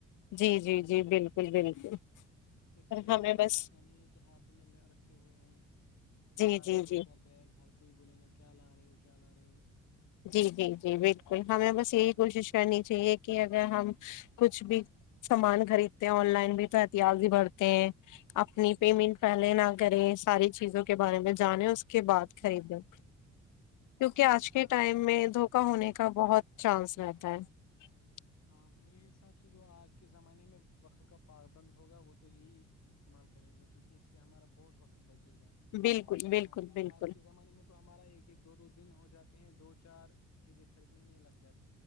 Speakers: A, on the left; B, on the left.
A: جی جی جی بالکل بالکل <unintelligible>
B: اس
A: اور
B: میں
A: ہمیں
B: وہ والا
A: بس
B: مسئلہ نہیں ہے کہ ہاتھوں میں رکھے ہوئے ہیں
A: جی
B: لا
A: جی
B: رہے ہیں
A: جی
B: دو چار بیگ ہر <unintelligible> کوئی بولے گا کیا لا رہے ہو کیا لا رہے ہو <unintelligible>
A: جی جی جی بالکل ہمیں بس یہی کوشش کرنی چاہیے کہ اگر ہم کچھ بھی سامان خریدتے ہیں آن لائن بھی تو احتیاضی بھرتے ہیں اپنی پیمنٹ پہلے نہ کریں ساری چیزوں کے بارے میں جانیں اس کے بعد خریدیں کیونکہ
B: ہاں میر
A: آج
B: <unintelligible>
A: ٹائم میں دھوکا ہونے کا بہت چانس رہتا ہے <unintelligible> ہ <unintelligible>
B: ہاں میرے حساب سے جو آج کے زمانے میں وقت کا پابابند ہوگا وہ تو یہی استعمال کرے گا چونکہ اس سے ہمارا بہت وقت بچے <unintelligible> گ
A: بالکل بالکل
B: ہاں
A: بالکل
B: آج کے زمانے میں تو ہمارا ایک ایک دو دو دن ہو جاتا <unintelligible> ہیں دو چار چیزیں خریدنے میں لگ جاتی <unintelligible>